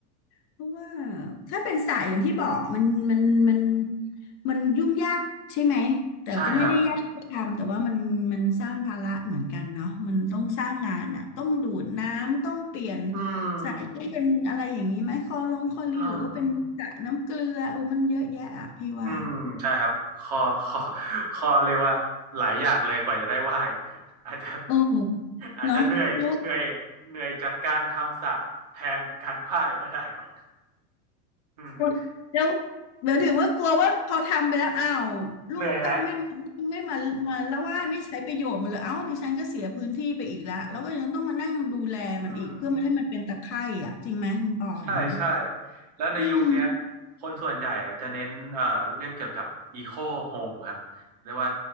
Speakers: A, on the left; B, on the right.
A: เพราะว่าถ้าเป็นสายอย่างที่บอกมันมันมันมันยุ่งยากใช่ไหมแต่ก็ไม่ได้ยากที่จะทำแต่ว่ามันมันสร้างภาระเหมือนกันเนาะมันต้องสร้างงานอ่ะต้องดูดน้ำต้องเปลี่ยน
B: ใช่ครับอืม
A: ใส่ให้เป็นอะไรอย่างนี้ไหมคอลงคอลินหรือว่าเป็นสระน้ำเกลือโอ้มันเยอะแยะอ่ะพี่ว่า
B: อืมอืมใช่ครับข้อข้อข้อเรียกว่าหลายอย่างเลยกว่าจะได้ไหว่ายอาจจะ
A: เออ
B: อาจจะเหนื่อยเหนื่อยเหนื่อยจากการทำสระแทนการไหว่ายก็ได้ครับ
A: เนาะแล้ว
B: อืม
A: <laughs> แล้วเดี๋ยวถึงว่ากลัวว่าพอทำไปแล้วอ้าวลูกเต้าไม่มาไม่มามาแล้วว่าไม่ใช้ประโยชน์มันเลยเอ้าดิฉันก็เสียพื้นที่ไปอีกละแล้วก็ยังต้องมานั่งดูแลมันอีกเพื่อไม่ให้มันเป็นตะไคร่อ่ะจริงไหมคุณปออย่างนั้น
B: เหนื่อยแล้ว อืม ใช่ใช่แล้วในยุคเนี้ย
A: อืม
B: คนส่วนใหญ่อะจะเน้นเอ่อเรื่องเกี่ยวกับอีโคโฮมครับเรียกว่า